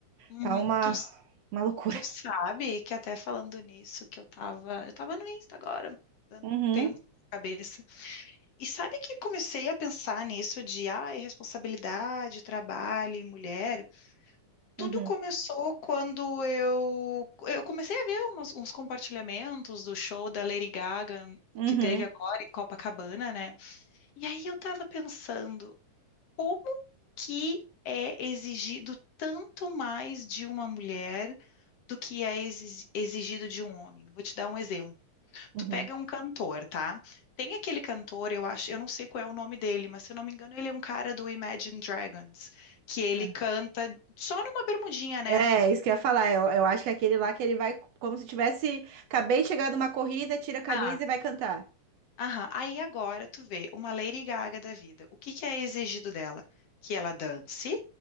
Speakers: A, on the left (about 55°); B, on the right (about 60°).
A: Uhum.
B: Tá uma,
A: Tu,
B: uma loucura.
A: tu sabe que até falando nisso, que eu tava, eu tava no Insta agora, dando
B: Uhum,
A: um tempo na cabeça. E sabe que comecei a pensar nisso de, ah, responsabilidade, trabalho e mulher. Tudo
B: uhum,
A: começou quando eu, eu comecei a ver umas- uns compartilhamentos do show da Lady Gaga
B: uhum,
A: que teve agora em Copacabana, né? E aí eu tava pensando, como que é exigido tanto mais de uma mulher do que é exi- exigido de um homem? Vou te dar um exemplo.
B: uhum.
A: Tu pega um cantor, tá? Tem aquele cantor, eu acho, eu não sei qual é o nome dele, mas se eu não me engano, ele é um cara do Imagine Dragons, que ele
B: Ah.
A: canta só numa bermudinha, né?
B: É, isso que eu ia falar. Eu, eu acho que é aquele lá que ele vai como se tivesse. Acabei de chegar numa corrida, tira a camisa
A: Ah,
B: e vai cantar.
A: aham. Aí agora tu vê uma Lady Gaga da vida. O que que é exigido dela? Que ela dance,